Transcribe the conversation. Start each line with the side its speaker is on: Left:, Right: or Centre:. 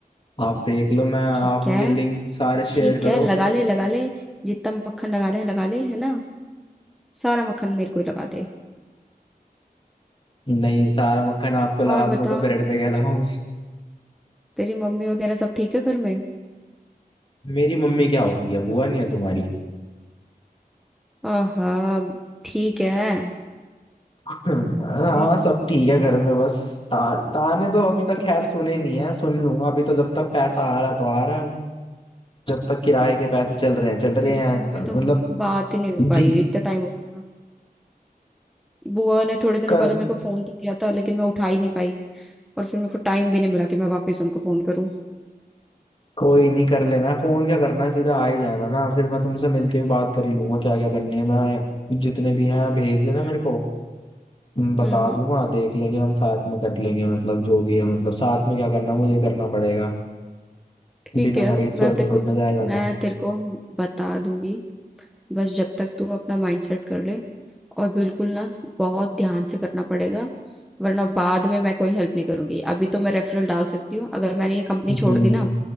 Left: आप देख लो मैं
Centre: ठीक
Left: आप मुझे
Centre: है
Left: लिंक सारे शेयर
Centre: ठीक
Left: करो
Centre: है लगा ले लगा ले जितना मक्खन लगा ले लगा ले है ना सारा मक्खन मेरे को ही लगा दे
Left: नहीं सारा मक्खन आपको लगा
Centre: और
Left: दूंगा
Centre: बता
Left: तो ब्रेड पे क्या लगाऊं
Centre: तेरी मम्मी वगैरह सब ठीक है घर में
Left: मेरी मम्मी क्या होती है बुआ नहीं है तुम्हारी
Centre: आहा ठीक है
Left: हाँ
Centre: मेरे
Left: सब ठीक है घर में बस ता, ताने तो अभी तक
Centre: तो
Left: खैर सुने नहीं है सुन लूंगा अभी तो जब तक पैसा आ रहा है तो आ रहा है जब तक किराए के पैसे चल रहे हैं चल रहे
Centre: मेरे,
Left: हैं
Centre: तो, मेरे
Left: तब
Centre: तो
Left: मतलब
Centre: बात ही नहीं हो
Left: जी
Centre: पाई इतना टाइम हो गया बुआ ने थोड़े दिन
Left: कर
Centre: पहले मेरे को फोन तो किया था लेकिन मैं उठा ही नहीं पाई और फिर मेरे को टाइम भी नहीं मिला कि मैं वापस उनको फोन करूं
Left: कोई नहीं कर लेना है फोन क्या करना है सीधा आ ही जाना ना फिर मैं तुमसे मिलके भी बात कर ही लूंगा क्या क्या करनी है मैं जितने भी हैं भेज देना मेरे को मैं बता
Centre: हम्म हम्म
Left: दूंगा देख लेंगे हम साथ में कर लेंगे मतलब जो भी है मतलब साथ में क्या करना है, मुझे करना पड़ेगा
Centre: ठीक
Left: बिना
Centre: है
Left: मरे
Centre: मैं
Left: स्वर्ग
Centre: तेरे
Left: थोड़ी
Centre: को
Left: ना जाया जाता
Centre: मैं तेरे को बता दूंगी बस जब तक तू अपना माइंड सेट कर ले और बिल्कुल ना बहुत ध्यान से करना पड़ेगा वरना बाद में मैं कोई हेल्प नहीं करूंगी अभी तो मैं रेफरल डाल सकती हूँ अगर मैंने ये कंपनी
Left: हम्म
Centre: छोड़ दी ना